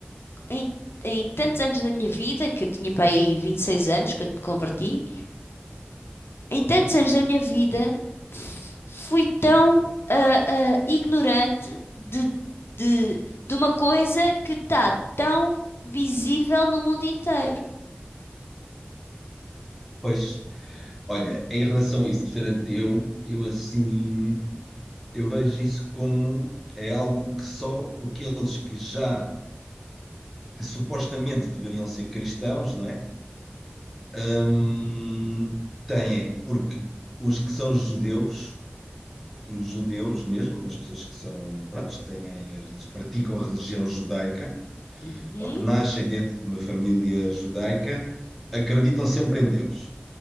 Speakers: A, on the left; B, in the centre.
A: em, em tantos anos da minha vida, que eu tinha para aí 26 anos quando me converti, em tantos anos da minha vida, f- fui tão ah, ah, ignorante de, de, de uma coisa que está tão visível no mundo inteiro.
B: Pois, olha, em relação a isso de ser ateu, eu assim, eu vejo isso como é algo que só aqueles que já, que supostamente deveriam ser cristãos, não é? Hum, têm, porque os que são judeus, os judeus mesmo, as pessoas que são, pronto, têm, a relig- praticam a religião judaica,
A: Uhum.
B: ou que nascem dentro de uma família judaica, acreditam sempre em Deus.